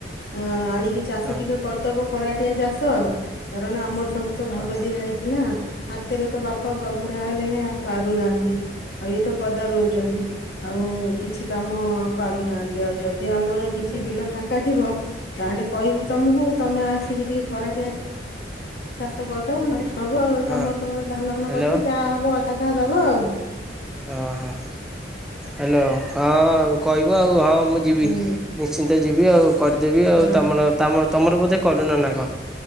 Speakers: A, on the left; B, in the centre.
A: ଅ-ଅ-ଅ ଆଣି ଚାଷ
B: ହଁ
A: ଟିକେ କରିଦବ ଖରାଟିଆ ଚାଷ କାରଣ ଆମର ସବୁ ତ ଭାଗ
B: ହଁ
A: ଦିଆ ହେଇଛି ନା ହାତ୍ ଏତରେ ତୋ ବାପା
B: ହଁ
A: ପ ବୁଢା ହେଲେଣି ଆଉ ପାରୁନାହାନ୍ତି ଆଉ ଇଏ ତ ପଦାରେ ରହୁଛନ୍ତି। ଆଉ-ଉ-ଉ-ଉ କିଛି କାମ ପାରୁନାହାନ୍ତି ଆଉ ଯଦି ଇଏ ଆମର କିଛି
B: ହଁ
A: ବିଲ ଫାଙ୍କା ଥିବ ତାହେଲେ କହିବୁ ତମକୁ ତମେ ଆସିକି ଟିକେ ଖରାଟିଆ ଚାଷ କରିଦଉ ହେବ ଆ
B: ହଁ
A: ତମ ତୁମର ଧାନ ଫାନ
B: ହ୍ୟାଲୋ
A: କରିବେ ଯାହା ହେବ ଖା ଟ ଦବା ଆଉ ।
B: ହଁ ହଁ । ହ୍ୟାଲୋ । ହଁ ଆଉ କହିବ ଆଉ ହଁ ମୁଁ ଯିବି
A: ହୁଁ
B: ନିଶ୍ଚିନ୍ତ ଯିବି ଆଉ କରିଦେବି
A: ହୁଁ
B: ଆଉ ତମର ତମର ବୋଧେ କରୁନ ନା କ